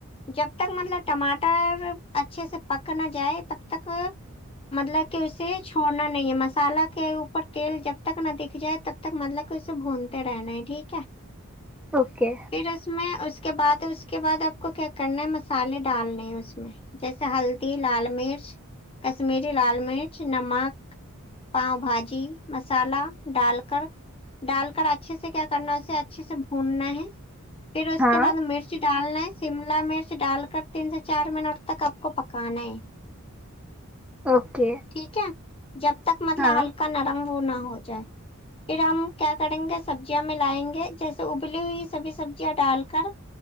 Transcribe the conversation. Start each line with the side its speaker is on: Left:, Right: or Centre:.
Left: جب تک مطلب ٹماٹر اچھے سے پک نہ جائے تب تک مطلب کہ اسے چھوڑنا نہیں ہے مصالہ کے اوپر تیل جب تک نہ دکھ جائے تب تک مطلب کہ اس بھونتے رہنا ہے ٹھیک ہے
Centre: اوکے
Left: پھر اس میں اس کے بعد اس کے بعد آپ کو کیا کرنا مسالے ڈالنے ہیں اس میں جیسے ہلدی لال مرچ کشمیری لال مرچ نمک پاؤ بھاجی مسالہ ڈال کر ڈال کر اچھے سے کیا کرنا اسے اچھے سے بھوننا ہے پھر اس
Centre: ہاں
Left: کے بعد مرچ مرچ ڈالنا ہے شملہ مرچ ڈال کر تین سے چار منٹ تک آپ کو پکانا ہے
Centre: اوکے
Left: ٹھیک ہے جب تک مطلب
Centre: ہاں
Left: ہلکا نرم وہ نہ ہو جائے پھر ہم کیا کریں گے سبزیاں ملائیں گے جیسے ابلی ہوئی سبھی سبزیاں ڈال کر